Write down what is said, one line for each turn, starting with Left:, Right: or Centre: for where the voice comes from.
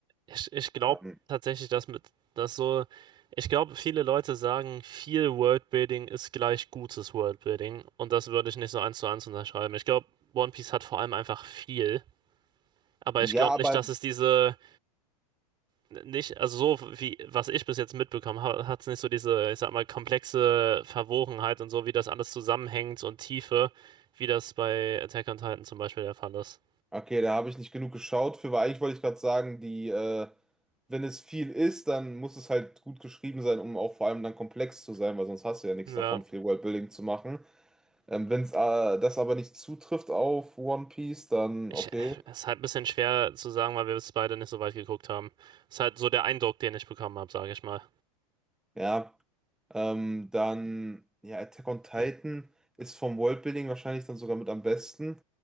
Right: Ich, ich glaube
Centre: Ähm,
Right: tatsächlich, dass mit das so, ich glaube, viele Leute sagen, viel Worldbuilding ist gleich gutes Worldbuilding und das würde ich nicht so eins zu eins unterschreiben. Ich glaube, One Piece hat vor allem einfach viel, aber
Centre: ja,
Right: ich glaube
Centre: aber
Right: nicht, dass es diese nicht, also so wie was ich bis jetzt mitbekommen habe, hat es nicht so diese, ich sag mal, komplexe Verwogenheit und so, wie das alles zusammenhängt und Tiefe, wie das bei Attack on Titan zum Beispiel der Fall ist.
Centre: okay, da habe ich nicht genug geschaut für, weil eigentlich wollte ich gerade sagen, die, äh, wenn es viel ist, dann muss es halt gut geschrieben sein, um auch vor allem dann komplex zu sein, weil sonst hast du ja nichts
Right: Ja.
Centre: davon, viel Worldbuilding zu machen. Ähm, wenn es äh, das aber nicht zutrifft auf One Piece, dann
Right: Ich,
Centre: okay.
Right: äh, es ist halt ein bisschen schwer zu sagen, weil wir es beide nicht so weit geguckt haben. Ist halt so der Eindruck, den ich bekommen habe, sage ich mal.
Centre: Ja, ähm, dann, ja, Attack on Titan
Right: Okay.
Centre: ist vom Worldbuilding wahrscheinlich dann sogar mit am besten.